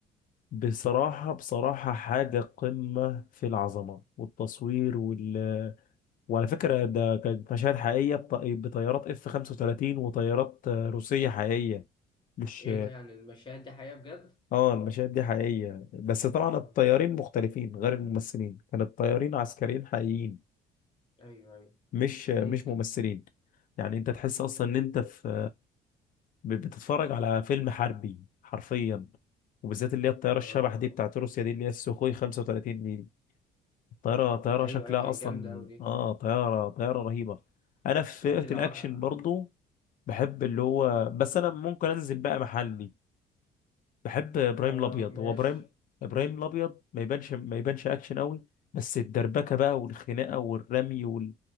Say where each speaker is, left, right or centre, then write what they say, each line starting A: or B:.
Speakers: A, on the left; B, on the left.
A: بصراحة بصراحة حاجة قمة في العظمة والتصوير وال وعلى فكرة ده كانت مشاهد حقيقية بط- بطيارات اف 35 وطيارات آه، روسية حقيقية مش
B: ايه ده يعني المشاهد دي حقيقة بجد
A: اه المشاهد دي حقيقية بس طبعا
B: آه،
A: الطيارين مختلفين غير الممثلين كان الطيارين عسكريين حقيقيين
B: ايوه ايوه
A: مش مش
B: ممكن
A: ممثلين يعني انت تحس اصلا ان انت في ب- بتتفرج على فيلم حربي حرفيا وبالذات اللي هي الطيارة
B: اه
A: الشبح دي بتاعت روسيا دي اللي هي السوخوي 35 دي طيارة طيارة
B: ايوه
A: شكلها
B: ايوه كانت
A: اصلا
B: جامده قوي دي
A: اه طيارة طيارة رهيبة انا في
B: لكن
A: فئة
B: لو
A: الاكشن
B: اه
A: برضو بحب اللي هو بس انا ممكن انزل بقى محلي بحب ابراهيم
B: اه
A: الابيض
B: ماشي
A: هو ابراهيم ابراهيم الابيض ما يبانش ما يبانش اكشن قوي بس الدربكه بقى والخناقه والرمي وال...